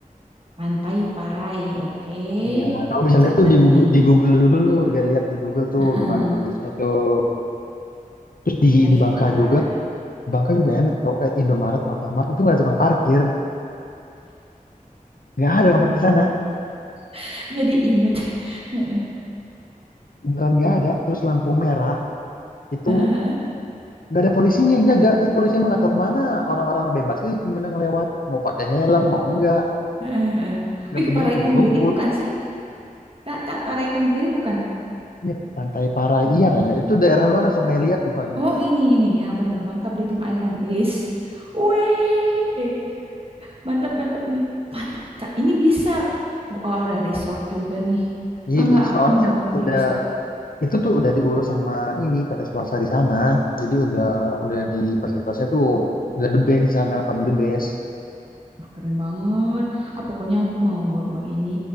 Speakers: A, on the right; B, on the left.
A: Pantai Parai, oke.
B: Iya, kamu bisa lihat
A: Catet
B: tuh di Google,
A: nih.
B: di Google dulu, lihat-lihat di Google tuh
A: Heeh,
B: gimana bagusnya tuh. Terus
A: Pantai
B: di di Bangka
A: Parai.
B: juga Bangka juga enak tau kayak Indomaret, Alfamart itu nggak ada tukang parkir, nggak ada orang parkir di sana,
A: <laughs> Jadi inget. Heeh,
B: beneran nggak ada. Terus lampu merah itu
A: heeh, heeh,
B: nggak ada polisinya yang jaga, ini polisinya emang nggak tahu kemana, orang-orang bebas aja gimana ngelewat, mau pakai helm mau enggak,
A: heeh,
B: nggak
A: Ih,
B: peduli
A: Parai
B: mau
A: Tenggiri
B: ngebut.
A: bukan sih? Kak, Kak, Parai Tenggiri bukan?
B: Ya, Pantai Parai iya kayaknya itu daerah mana Sungai Liat bukan?
A: Oh, ini, ini. Ya, bener. Bangka Belitung Island. Wis. Wih, mantep, mantep nih. Mantep, Kak. Ini bisa. Wah, ada resort juga nih.
B: Iya,
A: Ah, enggak,
B: itu soalnya
A: aku nggak mau di
B: udah
A: resort.
B: itu tuh udah diurus sama ini PT swasta di sana, jadi udah udah di fasilitasnya tuh udah the best di sana paling the best.
A: Wah, keren banget. Ah, pokoknya aku mau bawa ini